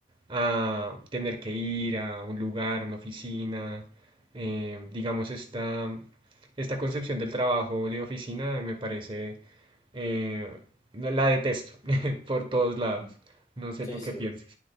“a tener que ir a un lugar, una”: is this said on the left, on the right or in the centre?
Right